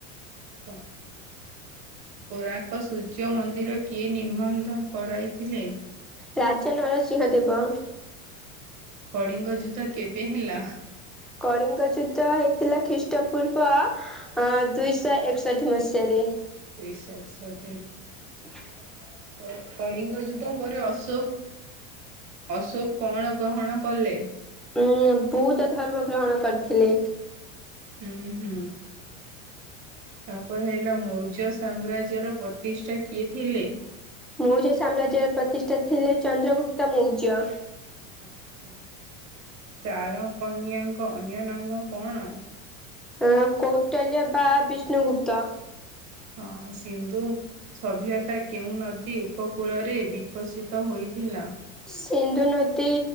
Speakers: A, on the right; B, in the centre.
A: <unintelligible> କୋରାଙ୍କ ସୂର୍ଯ୍ୟ ମନ୍ଦିର କିଏ ନିର୍ବନ୍ଧ କରାଇଥିଲେ?
B: ରାଜା ନରସିଂହଦେବ।
A: କଳିଙ୍ଗ ଯୁଦ୍ଧ କେବେ ହେଲା?
B: କଳିଙ୍ଗ ଯୁଦ୍ଧ ହେଇଥିଲା ଖ୍ରୀଷ୍ଟ ପୂର୍ବ ଅ ଦୁଇଶହ ଏକଷଠି ମସିହାରେ।
A: ଏ ସ ସଟିମ।
B: <inaudible>
A: କ କଳିଙ୍ଗ ଯୁଦ୍ଧ ପରେ ଅଶୋକ ଅଶୋକ କଣ ଗ୍ରହଣ କଲେ?
B: ଉଁ ବୌଦ୍ଧ ଧର୍ମ ଗ୍ରହଣ କରିଥିଲେ।
A: ଉଁ ହୁଁ। ତାପରେ ହେଲା ମୌର୍ଯ୍ୟ ସାମ୍ରାଜ୍ୟର ପ୍ରତିଷ୍ଠା କିଏ ଥିଲେ?
B: ମୌର୍ଯ୍ୟ ସାମ୍ରାଜ୍ୟର ପ୍ରତିଷ୍ଠା ଥିଲେ ଚନ୍ଦ୍ରଗୁପ୍ତ ମୌର୍ଯ୍ୟ।
A: ଆଛା ଚାରକନ୍ୟାଙ୍କ ଅନ୍ୟ ନାମ କଣ?
B: ଅ କୌଟଲ୍ୟ ବା ବିଷ୍ଣୁଗୁପ୍ତ
A: ହଁ ସିନ୍ଦୁ ସଭ୍ୟତା କେଉଁ ନଦୀ ଉପକୂଳରେ ବିକଶିତ ହୋଇଥିଲା।
B: ସିନ୍ଧୁ ନଦୀ